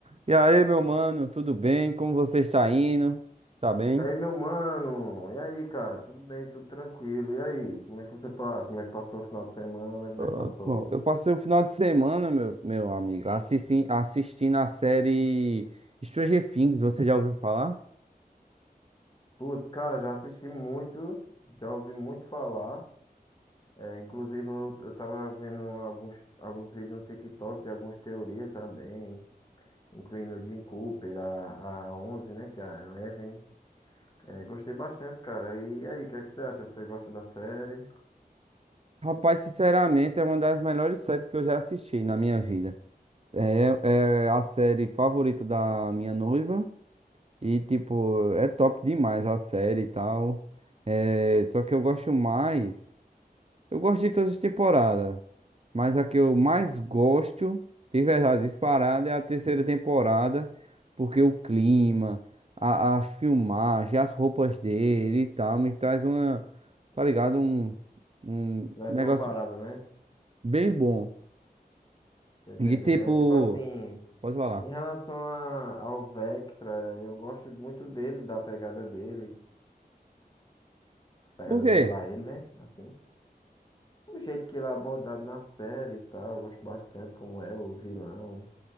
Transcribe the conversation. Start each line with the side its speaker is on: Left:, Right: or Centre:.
Right: E aí, meu mano, tudo bem? Como você está indo? Tá bem?
Left: E aí, meu mano? E aí, cara? Tudo bem? Tudo tranquilo? E aí? Como é que você pa- Como é que passou o final de semana? Como
Right: Ah,
Left: é que passou?
Right: Bom, eu passei o final de semana, meu, meu amigo, assisti, assistindo a série Stranger Things, você já ouviu falar?
Left: Putz, cara, já assisti muito, já ouvi muito falar. É, inclusive, eu, eu tava vendo alguns, alguns vídeos no TikTok de algumas teorias também, incluindo o Jim Cooper, a, a onze né? Que é a Eleven. É, gostei bastante, cara. E aí, o que é que você acha? Você gosta da série?
Right: Rapaz, sinceramente, é uma das melhores séries que eu já assisti na minha vida. É, é a série favorita da minha noiva e, tipo, é top demais a série e tal. É, só que eu gosto mais. Eu gosto de todas as temporadas, mas a que eu mais gosto, de verdade, disparada, é a terceira temporada, porque o clima, a, a filmagem, as roupas dele e tal, me traz uma, tá ligado? Um, um
Left: Mais
Right: negócio
Left: uma parada, né?
Right: bem bom.
Left: Tô entendendo.
Right: E tipo,
Left: É tipo assim,
Right: pode falar.
Left: em relação a, ao Vectra, eu gosto muito dele, da pegada dele. Pegada
Right: Por quê?
Left: dele lá, ele, né? Assim. O jeito que ele é abordado na série e tal, eu gosto bastante como é o vilão,